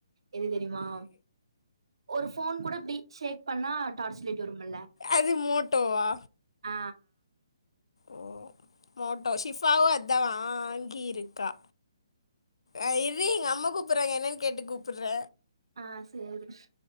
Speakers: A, on the right (about 65°); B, on the left (about 70°).
A: எது தெரிமா ஒரு ஃபோன் கூட இப்டி ஷேக் பண்ணா டார்ச் லைட் வரும்முல்ல
B: எது மோட்டோவா
A: ஆ
B: ஓ மோட்டோ ஷிஃபாவு அதா வாங்கியிருக்கா ஆ இரு எங்க அம்மா கூப்பறாங்க என்னன் கேட்டு கூப்புற
A: ஆ சேரி ஷ்